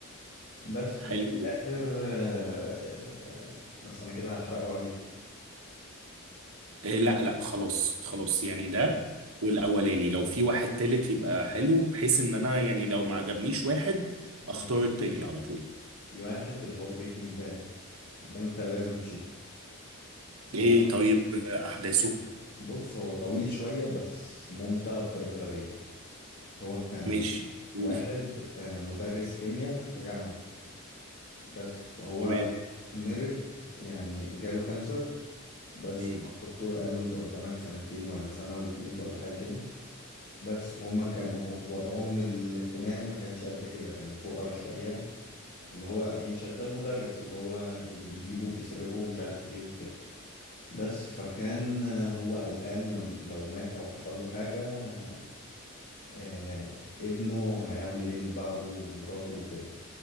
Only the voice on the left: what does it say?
بس وفي
الآخر
آه، بس أنا كده هحرقه عليك
آه.
ماشي
في واحد اللي هو بريكنج باد ده أنت لازم تشوفه هو
بص هو طويل شوية بس ممتع بطريقة غبية هو كان
واحد آه، مدرس كيمياء في جامعة بس فهو
مرض يعني جاله كانسر بس
فالدكتور قال له أنت قدامك سنتين ولا سنة وتموت ولا حاجة كده بس وهم كانوا
وضعهم الاجتماعي ما كانش قد كده كانوا فقراء شوية اللي هو يعني شغال مدرس اللي هو اللي بيجيبه وبيصرفه ومش عارف ايه وكده بس فكان هو قلقان لم لو مات او حصل له حاجة آه ابنه هيعمل ايه من بعده ومراته وكده